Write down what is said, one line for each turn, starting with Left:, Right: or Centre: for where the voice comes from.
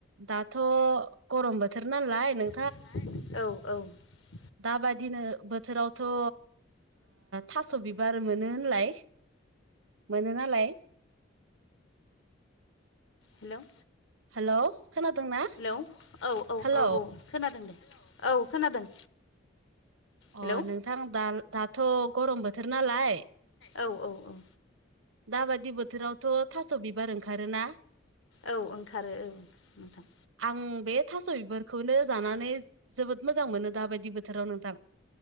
Right: दाथ' गरम बोथोर नालाय नों
Left: नालाय औ औ
Right: दाबादिनो बोथोरावथ' ओ थास' बिबार मोनो होनलाय, मोनो नालाय
Left: हेल'
Right: हेल' खोनादोंना
Left: हेलौ औ औ
Right: हेल'
Left: औ औ खोनादों दे औ खोनादों। हेलौ
Right: अ नोंथां दा दाथ' गरम बोथोर नालाय
Left: औ औ औ
Right: दाबादि बोथोरावथ' थास' बिबार ओंखारोना
Left: औ ओंखारो औ नोंथां।
Right: ओं बे थास' बिबारखौनो जानानै जोबोद मोजां मोनो दाबायदि बोथोराव नोंथां